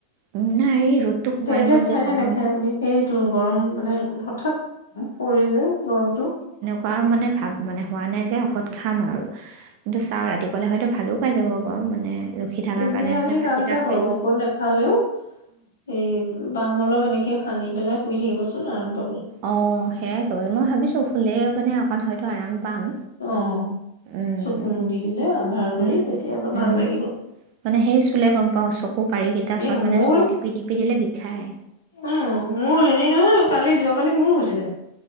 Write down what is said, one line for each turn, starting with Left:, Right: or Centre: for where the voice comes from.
Right: নাই এই ৰ'দটো সোমাই
Left: টেবলেট
Right: গ'ল
Left: খাই
Right: যে গৰম
Left: নে নাখায় আপুনি সেই তটো গৰম মানে হঠাৎ পৰি যায় গৰমটো
Right: পাও মানে ভাল মানে হোৱা নাই, যে ঔষধ খাম আৰু কিন্তু চাওঁ ৰাতিপুৱালেই হয়তো ভালো পাই যাব বাৰু মানে ৰখি থকাৰ
Left: এনেই
Right: কাৰণে
Left: আপুনি
Right: মানে ভাতকেইটা
Left: কাম এটা
Right: খায়ো
Left: কৰক ঔষধ নেখালেও, এই বাম অলপ এনেকে সে সানি পেলাই, শুই থাকিবচোন আৰাম পাব।
Right: অ' সেইয়াই কৰিম মই ভাবিছো। শুলে মানে অকণ হয়তো আৰাম পাম,
Left: অ',
Right: উ-উ-উ
Left: চকু মুদি দিলে আন্ধাৰ কৰি তেতিয়া অলপ ভাল লাগিব।
Right: মানে সেই চুলে গম পাওঁ, চব আকৌ পাৰি কেইটাৰ ওচৰত
Left: এই
Right: মানে
Left: মোৰ
Right: চুই টিপি-টিপি দিলে বিষায়।
Left: উম, মোৰ হেৰি নহয় কালি যোৱাকালি মোৰো হৈছিলে।